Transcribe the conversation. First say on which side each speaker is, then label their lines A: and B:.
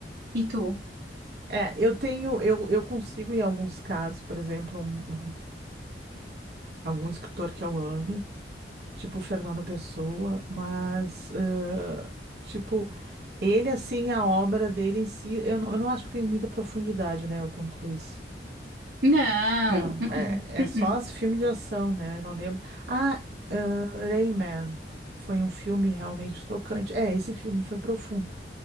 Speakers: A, on the right; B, on the right.
A: E tu?
B: É, é eu tenho, eu, eu consigo, em alguns casos, por exemplo, um, um- algum escritor que eu ame, tipo Fernando Pessoa, mas, eh, tipo, ele, assim, a obra dele em si, eu não, eu não acho que tem muita profundidade, né, o Tom Cruise.
A: Não.
B: Não,
A: uh-uh,
B: é, é
A: uh-uh.
B: só os filmes de ação, né? Eu não lembro. Ah, ah, Rayman. Foi um filme realmente tocante. É, esse filme foi profundo.